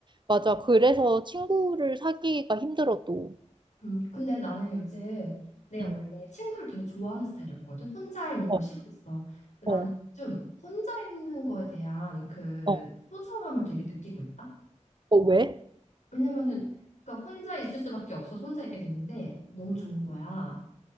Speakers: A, on the right (about 40°); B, on the left (about 70°).
A: 맞아. 그래서 친구를 사귀기가 힘들어, 또.
B: 음. 근데 나는 요즘 내가
A: 음.
B: 원래 친구를 되게 좋아하는 스타일이었거든. 혼자 있는
A: 어,
B: 걸 싫어했어. 근데
A: 어,
B: 나는 좀 혼자 있는 거에 대한 그
A: 어,
B: 소중함을 되게 느끼고 있다.
A: 어, 왜?
B: 왜냐면은 그러니까 혼자 있을 수밖에 없어서 혼자 있게 됐는데 너무 좋은 거야.